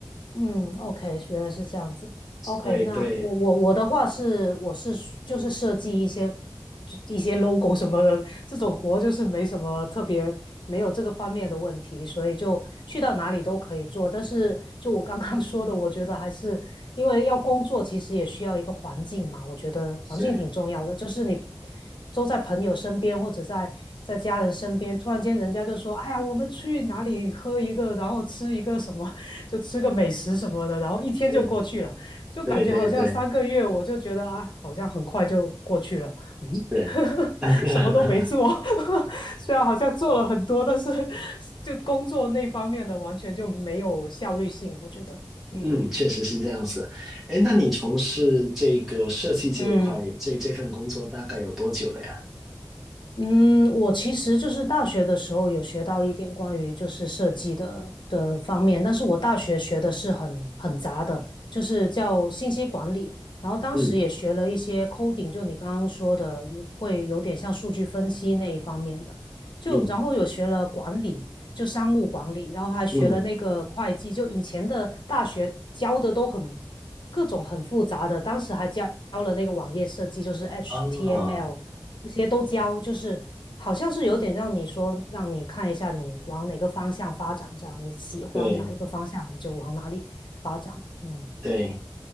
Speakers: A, on the left; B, in the centre.
A: 嗯，OK，原来是这样子。OK，
B: 对对，
A: 那我我我的话是，我是就是设计一些就一些 logo 什么的，这种活就是没什么特别，没有这个方面的问题，所以就去到哪里都可以做。但是就我刚刚 <laughs> 说的，我觉得还是因为要工作，其实也需要一个环境嘛。我觉得环境挺重要的，
B: 是
A: 就是你都在朋友身边或者在在家人身边，突然间人家就说：“哎呀，我们去哪里喝一个，然后吃一个什么，就吃个美食什么的。”然后一天就过去了，
B: 是，
A: 就感觉好像三个月，
B: 对对对
A: 我就觉得啊，好像很快就过去了。嗯，
B: 是。
A: <laughs>
B: <laughs>
A: 什么都没做，<laughs> 虽然好像做了很多，但是就工作那方面的完全就没有效率性，我觉得，嗯。
B: 嗯，确实是这样子。哎，那你从事这个设计这一块，
A: 嗯。
B: 这这份工作大概有多久了呀？
A: 嗯，我其实就是大学的时候有学到一点关于就是设计的的方面，但是我大学学的是很很杂的，就是叫信息管理，然后当时也学了一些
B: 嗯
A: coding，就你刚刚说的，会有点像数据分析那一方面的，就然后有学了管理，
B: 嗯
A: 就商务管理，然后还学了那个会计，
B: 嗯，
A: 就以前的大学教的都很各种很复杂的，当时还教了那个网页设计，就是 HTML。
B: 啊，
A: 这些都教，就是好像是有点让你说，让你看一下你往哪个方向发展，这样你喜欢哪一个方向，
B: 对
A: 你就往哪里发展。嗯
B: 对，